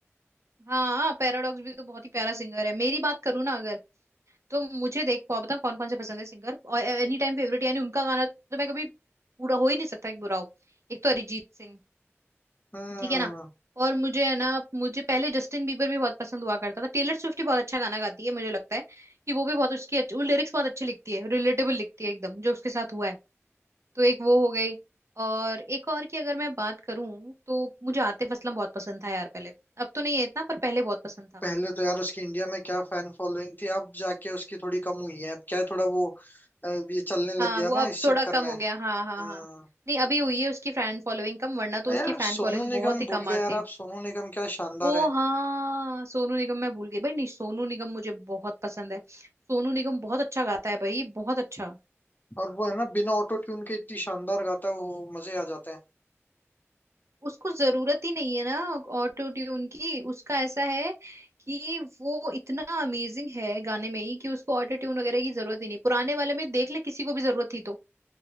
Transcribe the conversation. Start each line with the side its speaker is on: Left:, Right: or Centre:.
Right: हाँ पैराडॉक्स भी तो बहुत ही प्यारा सिंगर है मेरी बात करूँ ना अगर तो मुझे देख पाओ बता कौन कौन से पसंद है सिंगर और एनी टाइम फेवरेट यानी उनका गाना तो मैं कभी पूरा हो ही नहीं सकता कि बुरा हो एक तो अरिजीत सिंह
Left: हम्म
Right: ठीक है ना और मुझे है ना मुझे पहले जस्टिन बीबर भी बहुत पसंद हुआ करता था टेलर स्विफ्ट भी बहुत अच्छा गाना गाती है मुझे लगता है कि वो भी बहुत उसकी अच्छी वो लिरिक्स बहुत अच्छी लिखती है रिलेटेबल लिखती है एकदम जो उसके साथ हुआ है तो एक वो हो गई और एक और की अगर मैं बात करूं तो मुझे आतिफ असलम बहुत पसंद था यार पहले अब तो नहीं है इतना पर पहले बहुत पसंद था
Left: पहले तो यार उसकी इंडिया में क्या फैन फॉलोइंग थी अब जाके उसकी थोड़ी कम हुई है अब क्या है थोड़ा वो अ, ये चलने लग
Right: हाँ
Left: गया
Right: वो अब
Left: ना इस
Right: थोड़ा
Left: चक्कर
Right: कम
Left: में
Right: हो
Left: हम्म
Right: गया हाँ हाँ हाँ नहीं अभी हुई है उसकी फैन फॉलोइंग कम वरना तो
Left: यार
Right: उसकी फैन
Left: सोनू
Right: फॉलोइंग
Left: निगम
Right: बहुत ही
Left: भूल
Right: कमाल
Left: गए यार
Right: थी
Left: आप सोनू निगम क्या शानदार
Right: ओ
Left: है
Right: हाँ सोनू निगम मैं भूल गई भाई नहीं सोनू निगम मुझे बहुत पसंद है सोनू निगम बहुत अच्छा गाता है भाई बहुत अच्छा
Left: और वो है ना बिना ऑटो ट्यून के इतनी शानदार गाता है वो मजे आ जाते हैं
Right: उसको जरूरत ही नहीं है ना ऑटो ट्यून की उसका ऐसा है कि वो इतना अमेजिंग है गाने में ही कि उसको ऑटो ट्यून वगैरह की जरूरत ही नहीं पुराने वाले में देख ले किसी को भी जरूरत थी तो